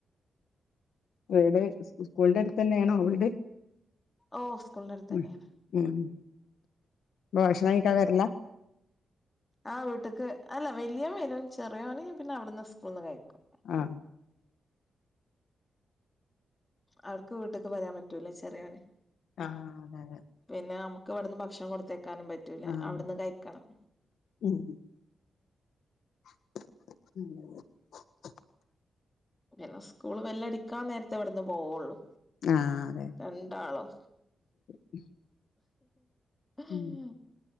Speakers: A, on the left (about 85°); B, on the left (about 15°).
A: വീട് സ്കൂളിന്റെ അടുത്ത് തന്നെയാണോ വീട്
B: ഓ സ്കൂളന്റടുത്ത് തന്നെയാണ്
A: ഉം <unintelligible> വരില്ല
B: ആ വീട്ട്ക്ക് അല്ല വലിയ വരും ചെറ വേയാറിയും പിന്നെ അവിടുന്ന് സ്കൂൾന്ന് കഴിക്കും
A: ആഹ്
B: അവർക്ക് വീട്ട്ക്ക് വരാൻ പറ്റൂല ചെറിയോന്
A: ആഹ് അതെ അതെ
B: പിന്നെ നമ ക്കെവിടുന്ന് ഭക്ഷണ കൊടുത്തേ കാനും പറ്റൂല
A: ആഹ്
B: അവിടന്ന് കഴിക്കണം
A: ഉം <inaudible>
B: ദിവസ്കൂ സ്കൂൾ വെല്ല അടിക്കാൻ നേരത്തെ ഇവിടുന്ന് പോവുള്ളു
A: ആഹ് അതെ
B: രണ്ടാളും
A: <inaudible>
B: ഹി ഹി
A: ഉം